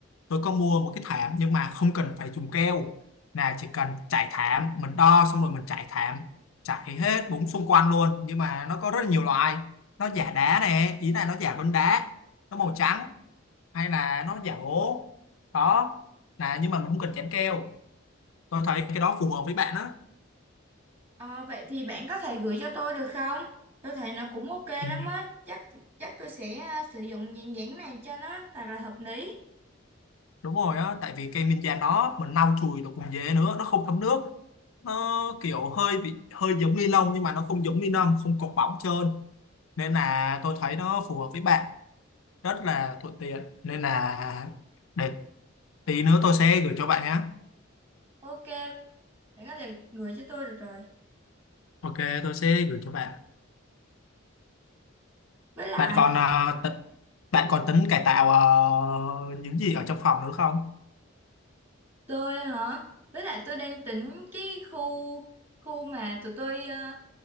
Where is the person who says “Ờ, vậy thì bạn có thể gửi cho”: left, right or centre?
Right